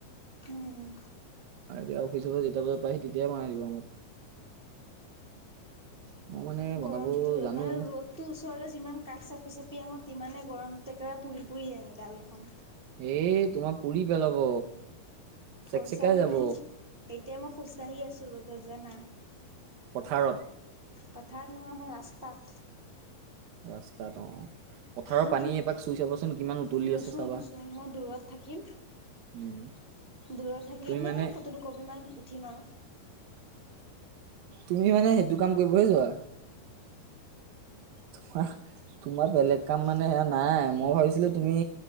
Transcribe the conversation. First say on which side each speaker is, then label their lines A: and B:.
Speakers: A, on the right; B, on the right.
A: উম
B: আৰু এতিয়া অফিচৰ পৰা যেতিয়া বজাত পাইি তেতিয়াই বনাই দিব আ মোক মই মানে বনাব
A: গৰমতটো
B: জানো
A: মানে ৰ'দতটো ওচৰলে যিমান কাষ চাপি চাপি আহো তিমানে গৰমতে একেবাৰে পুৰি পুৰি আহে গাল কেইখন
B: এ তোমাৰ পুৰি পেলাব
A: পইচা
B: চেকচেকাই
A: হেনেে
B: যাব
A: এতিয়া মই খোজকাঢ়ি আছো ৰ'দত জানা
B: পথাৰত
A: পথাৰ নহয় আমাৰ ৰাস্তাত
B: ৰাস্তাটো পথাৰৰ
A: হা
B: পানীয়ে এপাক চুই চাবাচোন কিমান উতলি
A: নুচো
B: আছে চাবা
A: নুচো মই দূৰত থাকিম
B: উম
A: দূৰত থাকি
B: তুমি
A: এনে
B: মানে
A: ফটো দুকপি মান উঠিম আৰু
B: তুমি মানে সেইটো কাম কৰিবহে যোৱা তোমাৰ তোমাৰ বেলেগ কাম মানে সেয়া নাই মই ভাবিছিলো তুমি